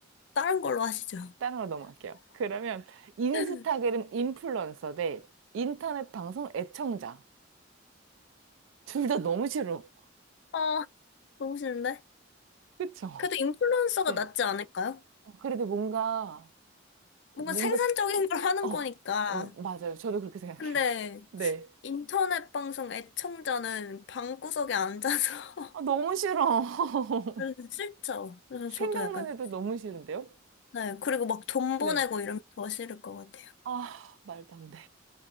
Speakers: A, on the left (about 60°); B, on the right (about 80°).
A: 다른 걸로 하시죠.
B: 다른 걸 넘어갈게요. 그러면 인스타그램
A: <laughs>
B: 인플루언서 대 인터넷 방송 애청자. 둘 다 너무 싫어.
A: 아, 너무 싫은데?
B: 그쵸?
A: 그래도 인플루언서가
B: 네.
A: 낫지 않을까요?
B: 어, 그래도 뭔가
A: 뭔가
B: 뭔가
A: 생산적인 걸 하는
B: 어
A: 거니까.
B: 음, 맞아요. 저도 그렇게 생각해요.
A: 근데
B: 네.
A: 인터넷 방송 애청자는 방구석에 앉아서
B: 아, 너무 싫어. <laughs>
A: <laughs> 그래서 싫죠. 그래서
B: 생각만
A: 저도 약간
B: 해도 너무 싫은데요?
A: 네 그리고 막 돈
B: 네.
A: 보내고 이러면 더 싫을 것 같아요.
B: 아, 말도 안 돼.